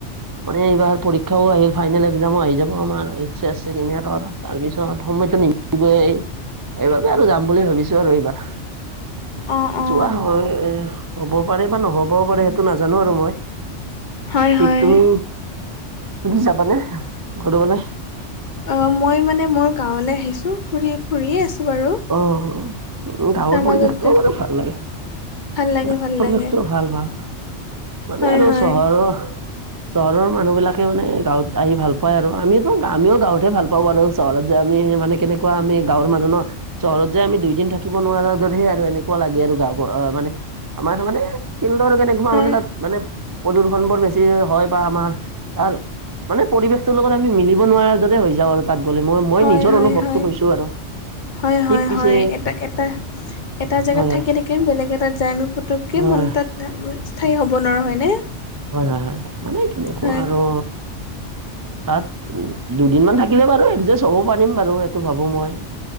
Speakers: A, on the right (about 30°); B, on the left (about 45°).
A: মানে এইবাৰ পৰীক্ষাও আহিল ফাইনেল একজামো আহি যাব আমাৰ এইচ এচ চেকেণ্ড ইয়েৰৰ তাৰপিছত সময়টো নিমিলিবই সেইবাবে আৰু যাম বুলি ভাবিছো আৰু এইবাৰ।
B: অ অ
A: যোৱা হয় এ হ'ব পাৰে বা নহ'বও পাৰে সেইটো নাজা জানো বাৰু মই
B: হয়
A: ঠিক
B: হয়
A: তুমি তুমি যাবানে ক'ৰবালে?
B: অ, মই মানে মোৰ গাঁৱলে আহিছো ফুৰি, ফুৰিয়ে আছো বাৰু।
A: অ, গাঁৱৰ
B: তাৰ মাজতে
A: পৰিৱেশটো বাৰু ভাল লাগে।
B: ভাল লাগে
A: গাঁৱৰ
B: ভাল
A: পৰিৱেশটো
B: লাগে
A: ভাল ভাল মানে
B: হয়
A: আৰু
B: হয়
A: চহৰৰ চহৰৰ মানুহবিলাকে মানে গাঁৱত আহি ভাল পায় আৰু আমিটো আমিও গাঁৱতহে ভালপাওঁ আৰু। চহৰত যাই আমি মানে কেনেকুৱা আমি গাঁৱৰ মানুহ ন চহৰত যাই আমি দুইদিন থাকিব নোৱাৰাৰ দৰেহে আৰু এনেকুৱা লাগে আৰু গা মানে আমাৰ এইটো মানে ফিল্ডৰ কেনেকুৱা
B: হয়
A: মানে তাত মানে প্ৰদূষণবোৰ বেছি হয় বা আমাৰ তাৰ মানে পৰিৱেশটোৰ লগত আমি মিলিব নোৱাৰাৰ দৰে হৈ যাওঁ আৰু তাত গ'লে মই মই
B: হয়
A: নিজৰ
B: হয়
A: অনুভৱটো
B: হয়
A: কৈছো আৰু।
B: হয়
A: ঠিক
B: হয়
A: পিছে
B: হয় এটা এটা এটা জেগাত
A: হয় হয়
B: থাকি থাকি বেলেগ এটাত যায় এনেও পুতুককে
A: হয়
B: মন তাত <unintelligible> স্থায়ী হ'ব নোৱাৰো হয়নে?
A: হয় হয় হয় মানে কেনেকুৱা
B: হয়
A: আৰু তাত উম দুদিন মান থাকিলে বাৰু এডজাষ্ট হ'ব পাৰিম বাৰু সেইটো ভাবো মই